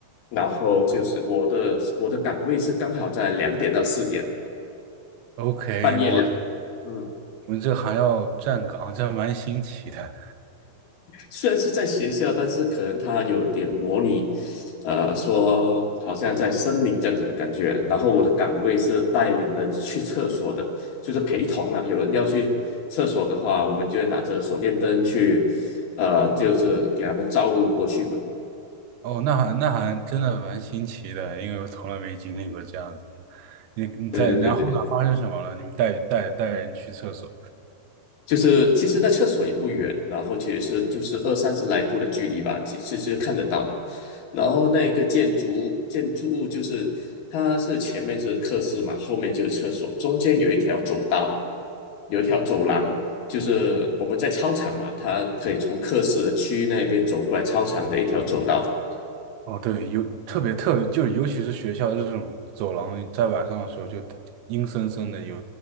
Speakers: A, on the left; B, on the right.
A: 然后就是我的我的岗位是刚好在两点到四点，
B: OK，
A: 半夜两，
B: 我操，
A: 嗯。
B: 你们这还要站岗，这还蛮新奇的。
A: 虽然是在学校，但是可能它有点模拟，呃，说好像在森林这样子的感觉。然后我的岗位是带领人去厕所的，就是陪同啊。有人要去厕所的话，我们就会拿着手电灯去，呃，就是给他们照路过去嘛。
B: 哦，那还那还真的蛮新奇的，因为我从来没经历过这样子的。你你在，
A: 对对对对对
B: 然后呢，发生什么了？你们带带带人去厕所。
A: 就是其实那厕所也不远，然后其实是就是二三十来步的距离吧，其其实看得到的。然后那个建筑建筑物就是它是前面是客室嘛，后面就是厕所，中间有一条走道，有一条走廊，就是我们在操场嘛，它可以从客室的区域那边走过来操场的一条走道。
B: 哦，对，尤特别特别，就尤其是学校这种走廊，在晚上的时候就阴森森的有，